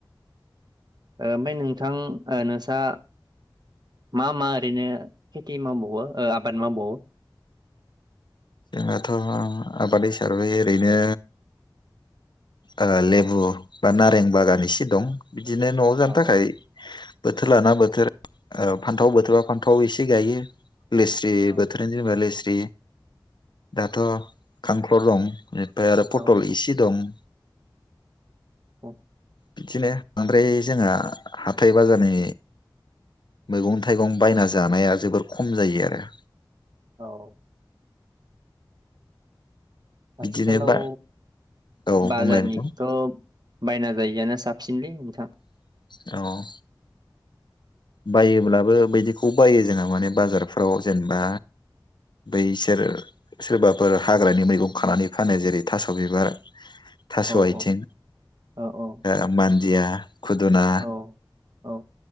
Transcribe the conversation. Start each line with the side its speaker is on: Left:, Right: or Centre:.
Right: ओमफ्राय नोंथां ओ नोंसा मा मा ओरैनो खेथि मावबावो ओ आबाद मावबावो?
Left: जोंहाथ' आबाद हिसाबै ओरैनो ओ-लेबु बा नारें बागान एसे दं। बिदिनो न'आव जानो
Right: औ
Left: थाखाय
Right: औ
Left: बोथोर लाना बोथोर ओ फान्थाव बोथोरा फान्थाव एसे गायो। लेस्रि
Right: औ
Left: बोथोर जेब्ला लेस <unintelligible> दाथ' खांख्ल' दं । इनिफ्राय आरो पटल
Right: औ
Left: इसे दं ।
Right: औ ।
Left: बिदिनो बांद्राय जोंहा हाथाइ बाजारनि मैगं थाइगं बायना जानाया जोबोर खम जायो आरो
Right: औ ।
Left: बिदिनो
Right: आथिखालाव
Left: बा औ
Right: बाजारनिखौथ'
Left: बुंलाय नोंथां
Right: बायना जायैयानो साब सिनलै नोंथां ।
Left: औ । बायोब्लाबो बिदिखौ बायो जोंहा माने बाजारफ्राव जेनेबा बैसोर सोरबाफोर हाग्रानि मैगं खानानै फानो जेरै थास' बिबार थास'
Right: औ
Left: आथिं
Right: औ औ औ
Left: ओ मान दिया । खुदना
Right: औ औ